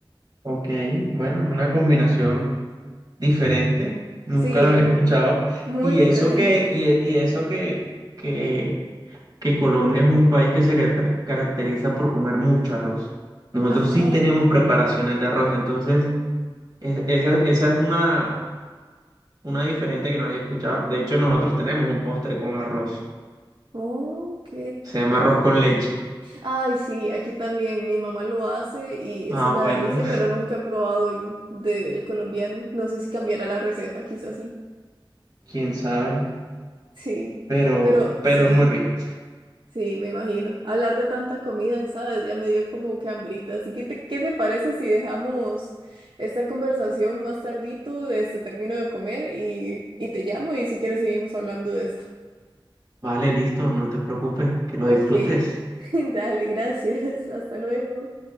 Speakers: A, on the right (about 45°); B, on the right (about 60°).
A: ok. Bueno, es una combinación diferente. Nunca
B: Sí,
A: lo había escuchado.
B: muy
A: Y
B: diferente.
A: eso que, y, y eso que, que que Colombia es un país que se caracter- caracteriza por comer mucho arroz. Nosotros
B: <laughs> Ajá,
A: sí tenemos preparaciones de arroz, entonces es- esa, esa es una, una diferente que no había escuchado. De hecho, nosotros tenemos un postre con arroz,
B: ok.
A: se llama arroz con leche.
B: Ay, sí, aquí también mi mamá lo hace y es
A: Ah,
B: una
A: bueno,
B: delicia, pero nunca he probado en, del colombiano. No sé si cambiará la receta, quizás sí.
A: <laughs> quién sabe,
B: Sí,
A: pero,
B: pero
A: pero
B: sí,
A: es muy rico.
B: sí, me imagino. Hablar de tanta comida, ¿sabes? Ya me dio como que hambrita. Así que, te- ¿qué te parece si dejamos esta conversación más tardito? Este, termino de comer y, y te llamo y si quieres seguimos hablando de esto.
A: Vale, listo, no te preocupes, que lo
B: Ok,
A: disfrutes.
B: <laughs> dale, gracias. Hasta luego.